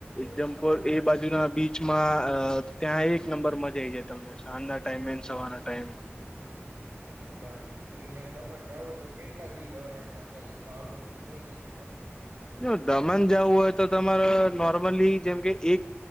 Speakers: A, on the left; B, on the right.
A: જામ્પોર એ બાજુના બીચમાં અ ત્યાં એક નંબર મજાઈ જાય તમને સાંજના ટાઈમે ત સવાના ટાઈમ
B: એટલે આમ અહં દમણ જવું હોય તો કેટલા દી જવાયને અંદાજે ભાડું ને એવું કઈ રીતે થાય?
A: જો દમણ જવું હોય તો તમારે નોર્મલી જેમ કે એક